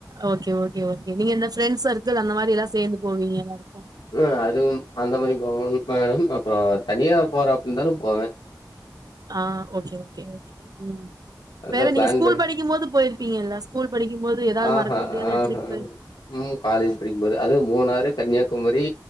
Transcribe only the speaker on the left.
ஆ அதுவும் அந்த மாரி போகும் மேடம் அப்புறம் தனியா போறப்ப இருந்தாலும் போவேன்
அதான்
பிளான்
பண்ண
ஆஹா
ஆஹா
ம் காலேஜ் படிக்கும் போது அது மூணாறு கன்னியாகுமரி